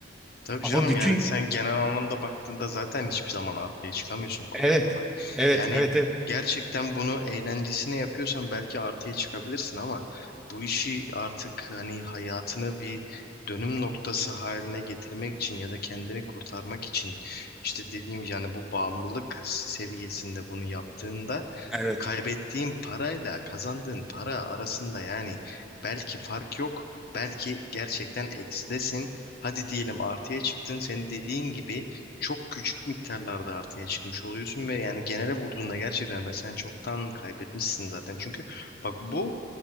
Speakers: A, on the left (about 55°); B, in the centre.
A: Tabii
B: Ama
A: canım
B: bütün
A: yani sen genel anlamda baktığında zaten hiçbir zaman arkaya çıkamıyorsun kolay
B: evet
A: kolay.
B: evet
A: Yani
B: evet evet
A: gerçekten bunu eğlencesine yapıyorsan belki artıya çıkabilirsin ama bu işi artık hani hayatını bir dönüm noktası haline getirmek için ya da kendini kurtarmak için işte dediğim yani bu bağımlılık seviyesinde bunu yaptığında
B: evet
A: kaybettiğin parayla kazandığın para arasında yani belki fark yok. Belki gerçekten eksidesin. Hadi diyelim artıya çıktın. Senin dediğin gibi çok küçük miktarlarda artıya çıkmış oluyorsun ve yani genele vurduğunda gerçekten ben sen çoktan kaybetmişsin zaten. Çünkü bak bu